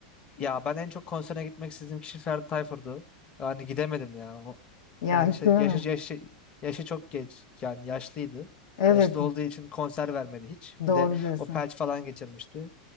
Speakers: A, on the left; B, on the left.
A: Ya ben en çok konsere gitmek istediğim kişi Ferdi Tayfur'du. Yani gidemedim ya. O,
B: Ya
A: yani
B: hiç
A: şey,
B: görme.
A: yaşı, yaşı, yaşı çok geç. Yani yaşlıydı.
B: Evet
A: Yaşlı olduğu için konser vermedi hiç. Bir
B: doğru
A: de
B: diyorsun.
A: o felç falan geçirmişti.